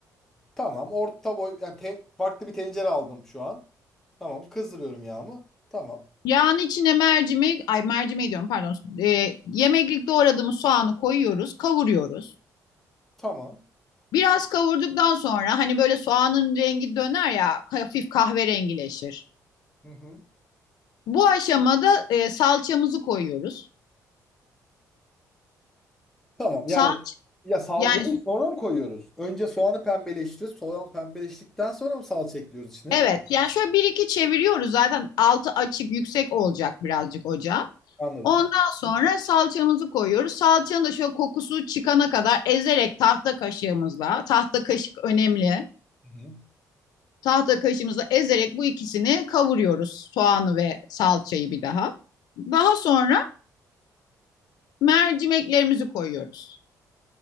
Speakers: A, in the centre; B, on the left.
A: Tamam. Orta boy yani te- farklı bir tencere aldım şu an. Tamam. Kızdırıyorum yağımı. Tamam.
B: Yağın içine mercimek, ay mercimeği diyorum pardon. Ee, yemeklik doğradığımız soğanı koyuyoruz, kavuruyoruz.
A: Tamam.
B: Biraz kavurduktan sonra hani böyle soğanın rengi döner ya hafif kahverengileşir.
A: Hı hı.
B: Bu aşamada e, salçamızı koyuyoruz.
A: Tamam.
B: Sal
A: Yani ya salçayı
B: yani
A: sonra mı koyuyoruz? Önce soğanı pembeleştiriyoruz. Soğan pembeleştikten sonra mı salça ekliyoruz içine?
B: evet yani şöyle bir iki çeviriyoruz zaten altı açık yüksek olacak birazcık ocağa.
A: Anladım.
B: Ondan
A: Tamam.
B: sonra salçamızı koyuyoruz. Salçanın da şöyle kokusu çıkana kadar ezerek tahta kaşığımızla, tahta kaşık önemli.
A: Hı hı.
B: tahta kaşımızla ezerek bu ikisini kavuruyoruz. Soğanı ve salçayı bir daha. Daha sonra mercimeklerimizi koyuyoruz.